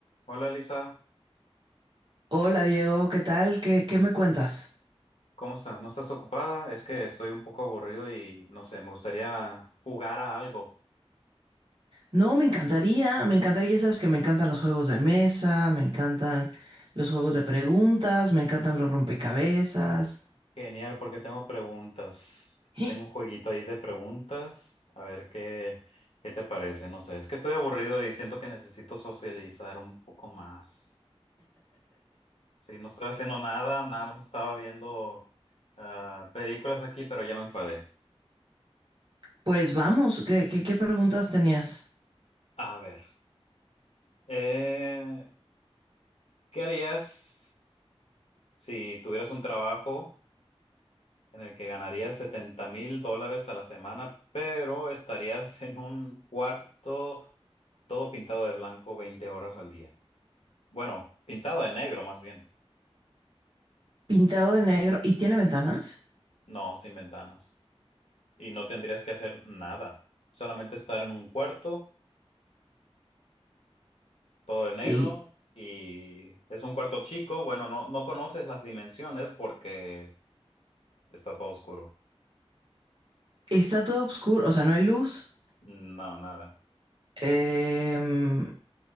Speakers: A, on the left; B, on the right.
A: Hola Lisa,
B: Hola Diego, ¿qué tal? ¿Qué, qué me cuentas?
A: ¿cómo estás? ¿No estás ocupada? Es que estoy un poco aburrido y no sé, me gustaría jugar a algo.
B: No, me encantaría, me encantaría, ya sabes que me encantan los juegos de mesa, me encantan los juegos de preguntas, me encantan los rompecabezas.
A: Genial, porque tengo preguntas.
B: <laughs> ¡Eh!
A: Tengo un jueguito ahí de preguntas. A ver qué, qué te parece. No sé, es que estoy aburrido y siento que necesito socializar un poco más. Sí, no estoy haciendo nada, nada más estaba viendo ah, películas aquí, pero ya me enfadé.
B: Pues vamos, ¿qué, qué, qué preguntas tenías?
A: A ver, eh, ¿qué harías si tuvieras un trabajo? en el que ganarías setenta mil dólares a la semana, pero estarías en un cuarto todo pintado de blanco 20 horas al día. Bueno, pintado de negro más bien,
B: Pintado de negro y tiene ventanas
A: no, sin ventanas. Y no tendrías que hacer nada, solamente estar en un cuarto todo de negro
B: y
A: y es un cuarto chico, bueno, no, no conoces las dimensiones porque está todo oscuro.
B: está todo oscuro, o sea, no hay luz.
A: No, nada.
B: Em,